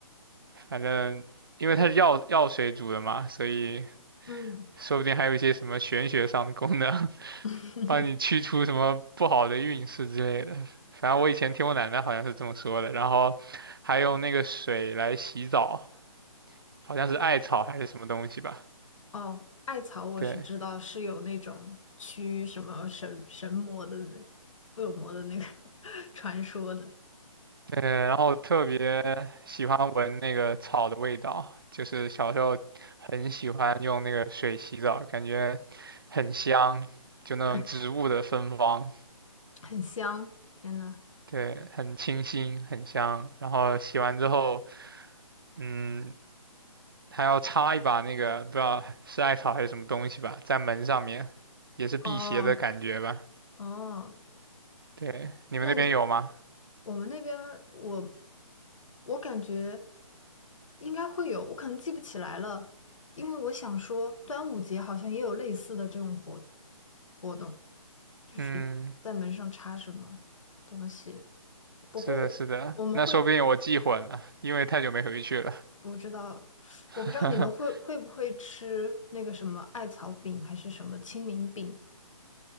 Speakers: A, on the right; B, on the left.
A: 反正因为它是药药水煮的嘛，所以
B: 嗯，
A: 说不定还有一些什么玄学上的功能。
B: <laughs>
A: 帮你驱除什么不好的运势之类的。反正我以前听我奶奶好像是这么说的，然后还用那个水来洗澡，好像是艾草还是什么东西吧。
B: 哦，艾草我是知道是有那种驱什么神神魔的那
A: 对
B: 恶魔的那个 <laughs> 传说的，
A: 对，然后特别喜欢闻那个草的味道，就是小时候很喜欢用那个水洗澡，感觉很香，就那种植物的芬芳，
B: <laughs> 很香。天呐，
A: 对，很清新，很香。然后洗完之后，嗯，他要插一把那个不知道是艾草还是什么东西吧，在门上面，也是辟邪的感觉吧？
B: 哦哦，
A: 对，你们那边有吗？
B: 那你我们那边我我感觉应该会有，我可能记不起来了，因为我想说端午节好像也有类似的这种活活动，就是在门上插什么东西。
A: 嗯，
B: 不过我们会
A: 是的，是的，那说不定我记混了，因为太久没回去了。
B: 不知道，
A: <laughs>
B: 我不知道你们会会不会吃那个什么艾草饼还是什么清明饼。